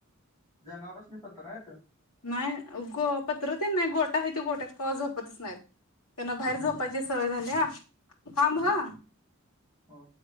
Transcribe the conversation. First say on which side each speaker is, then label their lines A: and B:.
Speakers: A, on the left; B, on the left.
A: जनावरसनी पत्र हाईत.
B: नाय उगो पत्र तेन नाय गो काय हायं ती गोठ्यात कवा झोपतच नायत. त्यांना बाहेर झोपायची
A: ह
B: सवय झाल्या <inaudible> थांब ह
A: ह